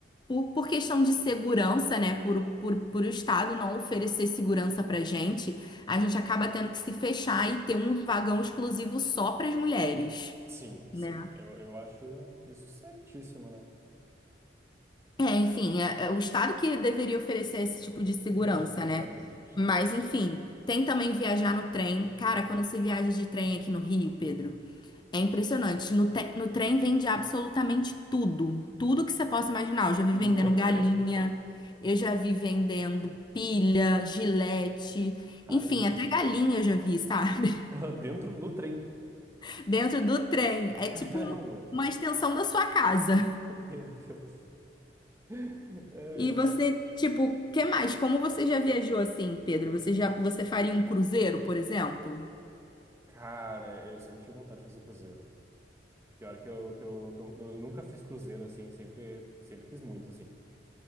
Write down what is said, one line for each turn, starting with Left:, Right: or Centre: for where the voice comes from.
Left: por, por questão de segurança, né? Por, por, por o Estado não oferecer segurança pra gente, a gente acaba tendo que se fechar e ter um vagão exclusivo só para as mulheres.
Right: sim, sim.
Left: né?
Right: Eu, eu acho isso certíssimo, né?
Left: É, enfim, é, é o Estado que deveria oferecer esse tipo
Right: <laughs>
Left: de segurança,
Right: Exatamente.
Left: né? Mas, enfim, tem também viajar no trem. Cara, quando você viaja de trem aqui no Rio, Pedro. É impressionante. No, te- no trem vende absolutamente tudo. Tudo que você possa imaginar. Eu já vi vendendo
Right: No
Left: galinha,
Right: trem?
Left: eu já vi vendendo pilha, gilete,
Right: Caramba.
Left: enfim, até galinha eu já vi, sabe?
Right: <laughs> Dentro do trem.
Left: <laughs> Dentro do trem. É tipo
Right: Caramba!
Left: uma extensão da sua casa.
Right: <laughs> Meu Deus. Ai,
Left: E você, tipo, o que mais? Como você já viajou assim, Pedro? Você já, você faria um cruzeiro, por exemplo?
Right: Cara, eu sempre tive vontade de fazer cruzeiro. Pior que eu, que eu, que eu, eu nunca fiz cruzeiro assim, sempre, sempre quis muito assim.